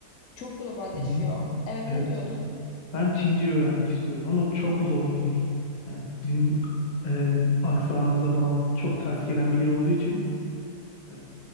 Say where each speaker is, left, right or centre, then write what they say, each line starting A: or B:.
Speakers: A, on the left; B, on the left.
A: çok globalleşiyor.
B: hı hı,
A: Evet
B: evet.
A: ne diyordun?
B: Ben Çince öğrenmek istiyorum ama çok zor bir dil. Yani bizim e, aksanımıza falan çok ters gelen bir dil olduğu için Hani